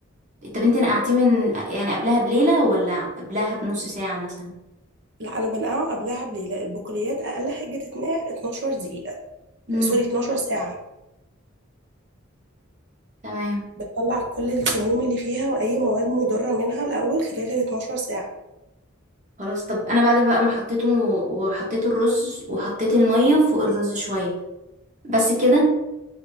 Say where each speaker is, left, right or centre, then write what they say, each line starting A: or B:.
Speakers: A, on the right; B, on the right.
A: طب انت نقعتيه من يعني قبلها بليله ولا قبلها بنص ساعه مثلا
B: لا انا بنقعه قبلها بليله لا البقوليات اقل حاجه تتنقع 12
A: امم
B: دقيقه سوري 12 ساعه
A: تمام
B: بتطلع كل السموم اللي فيها واي مواد مضره منها الاول خلال ال 12 ساعه
A: خلاص طب انا بعد بقى ما حطيته وحطيت الرز وحطيت الميه فوق الرز شويه بس كده